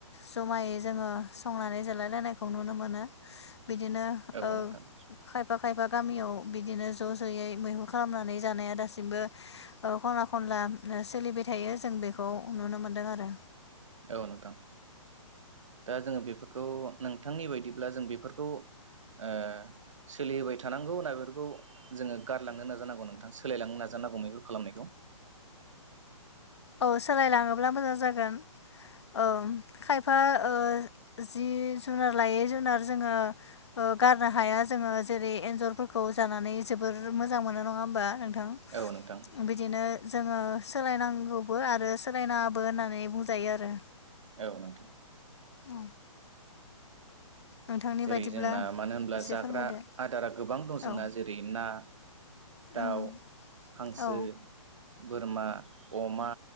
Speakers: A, on the left; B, on the right.
A: ज'मायै जोङो संनानै जालायलायनायखौ नुनो मोनो। बिदिनो
B: औ
A: ओ
B: नोंथां
A: खायफा-खायफा गामियाव बिदिनो ज'-ज'यै मैहुर खालामनानै जानाया दासिमबो ओ खनला-खनला सोलिबाय थायो। जों बेखौ नुनो मोनदोंआरो।
B: औ नोंथां, दा जोङो बेफोरखौ नोंथांनि बायदिब्ला जों बेफोरखौ ओ सोलिहोबाय थानांगौ ना बेफोरखौ जोङो गारलांनो नाजानांगौ नोंथां? सोलायलांनो नाजानांगौ बेैफोर खालामनायखौ।
A: औ सोलायलाङोब्ला मोजां जागोन अ खायफा ओ जि जुनार लायै जुनार जोङो ओ गारनो हाया जोङो जेरै एन्जरफोरखौ जानानै जोबोर मोजां मोनो नङा होमबा थां
B: औ नोंथां
A: बिदिनो जोङो सोलायनांगौ बो आरो सोलायनाबो होननानै बुंजायो आरो
B: औ नोंथां
A: औ नोंथांनि
B: जेरै
A: बायदिब्ला
B: जोंना मानो होनब्ला
A: एसे
B: जाग्रा
A: फोरमायदो
B: आदारा गोबां दं
A: औ
B: जोंना जेरै ना
A: उम
B: दाउ हांसो
A: औ
B: बोरमा अमा